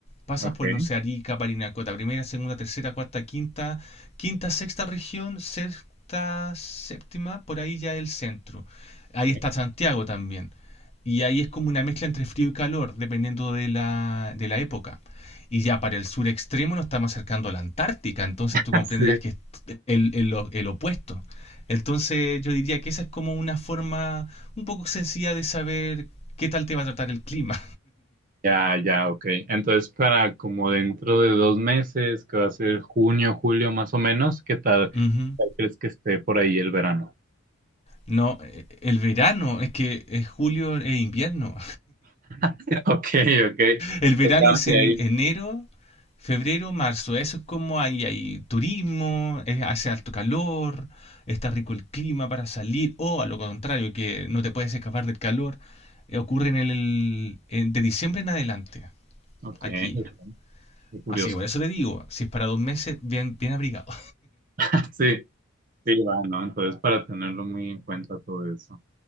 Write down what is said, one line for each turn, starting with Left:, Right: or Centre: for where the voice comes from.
Left: Pasas
Right: ok,
Left: por, no sé, Arica, Parinacota, primera, segunda, tercera, cuarta, quinta, quinta, sexta región, sexta, séptima, por ahí ya el centro. Ahí
Right: ok.
Left: está Santiago también. Y ahí es como una mezcla entre frío y calor, dependiendo de la, de la época. Y ya para el sur extremo nos estamos acercando a la Antártica, entonces
Right: <laughs>
Left: tú comprenderás que es el, el- el opuesto. Entonces yo diría que esa es como una forma un poco sencilla de saber qué tal te va a tratar el clima.
Right: Ya, ya, ok. Entonces, para como dentro de dos meses, que va a ser junio, julio más o menos, ¿qué tal, qué
Left: Ujú.
Right: tal crees que esté por ahí el verano?
Left: No, eh, el verano, es que es julio e invierno.
Right: <laughs> Ok, ok.
Left: El verano
Right: Se cambia
Left: es en
Right: ahí.
Left: enero, febrero, marzo. Eso es como ahí hay turismo, eh, hace alto calor, está rico el clima para salir, o a lo contrario, que no te puedes escapar del calor. Eh, ocurre en el, en- de diciembre en adelante,
Right: Ok,
Left: aquí.
Right: ok. Qué curioso.
Left: Así que por eso te digo, si es para dos meses, bien, bien abrigado.
Right: <laughs> Sí, sí, va, ¿no? Entonces, para tenerlo muy en cuenta todo eso.